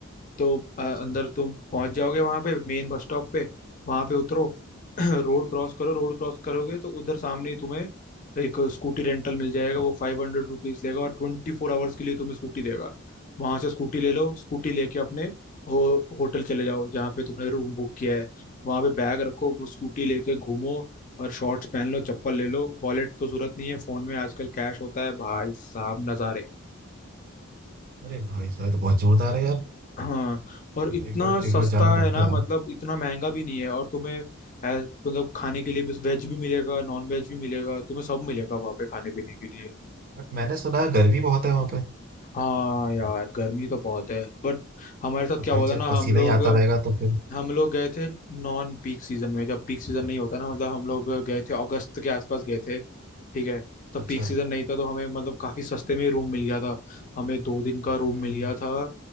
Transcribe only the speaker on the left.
तो अ, अंदर
तुम पहुंच जाओगे वहां पे मेन बस स्टॉप पे वहां पे उतरो <clears throat> रोड क्रॉस करो रोड क्रॉस करोगे तो उधर सामने ही तुम्हें एक स्कूटी रेंटल मिल जाएगा वो फाइव हंड्रेड रुपीज लेगा और ट्वेंटी फोर आवर्स के लिए तुम्हें स्कूटी देगा वहां से स्कूटी ले लो स्कूटी लेके अपने हो, होटल चले जाओ जहाँ पे तुमने रूम बुक किया है वहां पे बैग रखो वो स्कूटी लेके घूमो और शॉर्ट्स पहन लो चप्पल ले लो वॉलेट तो जरूरत नहीं है फोन में आजकल कैश होता है भाई साहब नजारे
हाँ और इतना
सस्ता
है
ना मतलब
इतना महंगा भी नहीं है और तुम्हें ऐ- मतलब खाने के लिए भी वेज भी मिलेगा नॉन वेज भी मिलेगा तुम्हें सब मिलेगा वहाँ पे खाने पीने के लिए
हाँ यार गर्मी तो बहुत है बट हमारे साथ
क्या
हुआ था
ना
हम लोग
हम लोग गए थे नॉन पीक सीजन में जब पीक सीजन नहीं होता ना मतलब हम लोग गए थे अगस्त के आसपास गए थे ठीक है तब
पीक सीजन नहीं था तो हमें मतलब काफी सस्ते में रूम मिल गया था हमें दो दिन का रूम
मिल गया था अ,